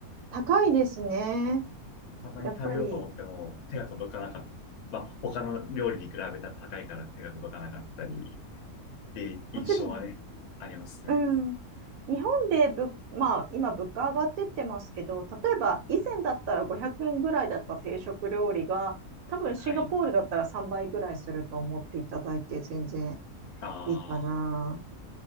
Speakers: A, on the right; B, on the left.
A: 高いですね。
B: たまに食べようと思っても手が届かなかった。
A: やっぱり。
B: まあ、他の料理に比べたら高いから手が届かなかったり、っていう印象はね、
A: もちろん、
B: ありますね。
A: うん。日本でぶ、まあ、今物価上がってってますけど、例えば以前だったら500円ぐらいだった定食料理が、多分シンガポールだったら3倍ぐらいすると思っていただいて全然
B: はい。ああ。
A: いいかな。